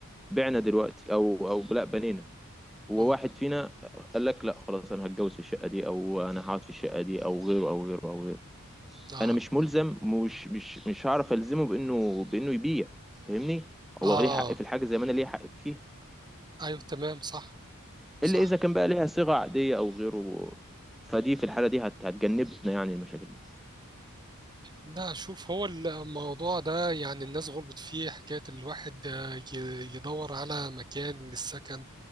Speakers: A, in the centre; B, on the right.
A: بعنا دلوقتي او او لا بنينا وواحد
B: أم،
A: فينا قال لك لا خلاص انا هتجوز في الشقه دي او انا هقعد في الشقه دي او غيره او غيره او غيره
B: اه
A: انا مش ملزم مش مش مش هعرف الزمه بانه بانه يبيع فاهمني
B: اه
A: هو ليه حق في الحاجه زي ما انا ليه حق فيها
B: ايوه تمام صح صح
A: الا اذا كان بقى ليها صيغه عاديه او غيره فدي في الحاله دي هت... هتجنبنا يعني المشاكل دي
B: لا شوف هو الموضوع ده يعني الناس غلطت فيه حكاية الواحد آه، ي- يدور على مكان للسكن